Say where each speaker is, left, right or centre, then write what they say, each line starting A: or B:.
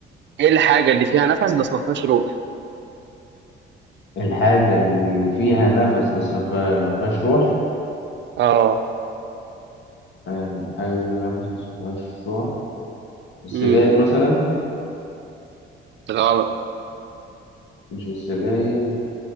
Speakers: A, on the right; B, on the left.
A: ايه الحاجه اللي فيها نفس بس ما فيهاش روح
B: الحاجة اللي فيها نفس بس ما فيها- ما فيهاش روح
A: اه
B: آه، حاجة فيها نفس بس ما فيهاش روح السجاير
A: امم
B: مثلا
A: غلط
B: مش السجاير